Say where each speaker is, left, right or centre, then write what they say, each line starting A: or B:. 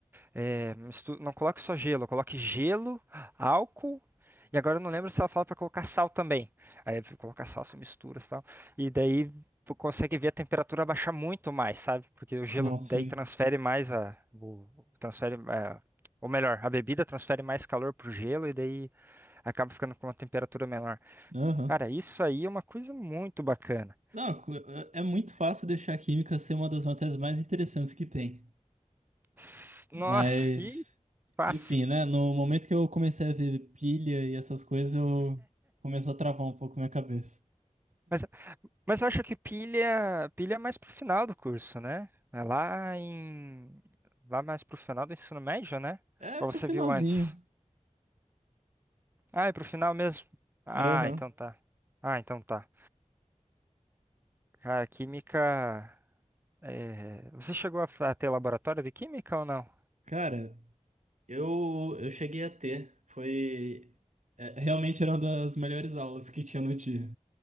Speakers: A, on the right (about 15°); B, on the right (about 70°).
A: É, mistu- não coloque só gelo, coloque gelo, álcool. E agora eu não lembro se ela fala pra colocar sal também. Aí colocar sal, você mistura sal. E daí tu consegue ver a temperatura baixar muito mais, sabe? Porque o gelo
B: Nossa,
A: daí
B: sim.
A: transfere mais a. o- transfere, é, ou melhor, a bebida transfere mais calor pro gelo e daí acaba ficando com uma temperatura menor.
B: Aham.
A: Cara, isso aí é uma coisa muito bacana.
B: Não, cu- é é muito fácil deixar a química ser uma das matérias mais interessantes que tem.
A: S-
B: Mas,
A: Nossa, e fácil.
B: enfim, né? No momento que eu comecei a ver pilha e essas coisas, eu começou a travar um pouco minha cabeça.
A: Mas Mas eu acho que pilha, pilha é mais pro final do curso, né? É lá em, lá mais pro final do ensino médio, né?
B: É
A: Ou
B: pro
A: você
B: finalzinho.
A: viu antes? Ah, é pro final mesmo. Ah,
B: Aham.
A: então tá. Ah, então tá. A química, é, você chegou a fa- a ter laboratório de química ou não?
B: Cara, eu, eu cheguei a ter. Foi. é, realmente era uma das melhores aulas que tinha no dia.